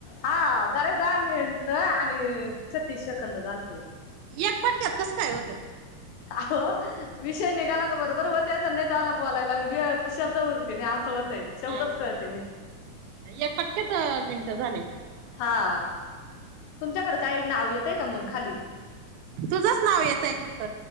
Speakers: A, on the left (about 75°); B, on the right (about 80°).
A: हा जरा दहा मिनिट आणि छत्तीस सेकंद झालते
B: एक फटक्यात कसं काय होत
A: आहो विषय निघाला का बरोबर होतच नाही ते्हाला बोलायला शब्द उरती नाही असं होतय शब्दच
B: हा
A: कळते नाही
B: एक पटक्यात मिनिट झाली
A: हा, तुमच्याकडे काही नाव येतय का मग खाली.
B: तुझंच नाव येतंय फक्त.